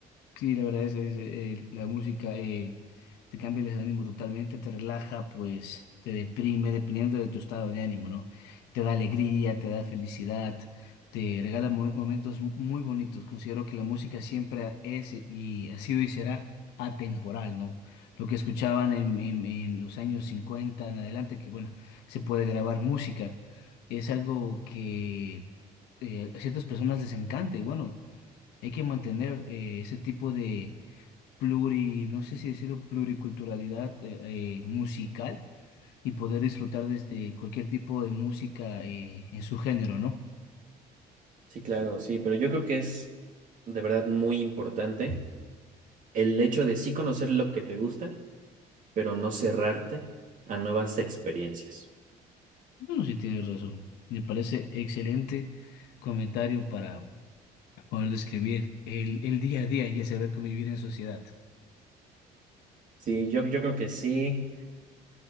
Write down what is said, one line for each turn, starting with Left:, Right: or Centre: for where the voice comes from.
Left: Sí, la verdad es, es, eh, la música eh, te cambia el ánimo totalmente, te relaja, pues te deprime, dependiendo de tu estado de ánimo, ¿no? Te da alegría, te da felicidad, te regala mo- momentos mu- muy bonitos. Considero que la música siempre es y ha sido y será atemporal, ¿no? Lo que escuchaban en, en- en los años 50 en adelante, que bueno, se puede grabar música, es algo que eh, a ciertas personas les encanta y bueno. Hay que mantener eh, ese tipo de pluri, no sé si decirlo, pluriculturalidad eh, eh, musical y poder disfrutar desde cualquier tipo de música eh, en su género, ¿no?
Right: Sí, claro, sí, pero yo creo que es de verdad muy importante el hecho de sí conocer lo que te gusta, pero no cerrarte a nuevas experiencias.
Left: Bueno, sí tienes razón. Me parece excelente comentario para poder describir el, el día a día y el saber convivir en sociedad.
Right: Sí, yo, yo creo que sí.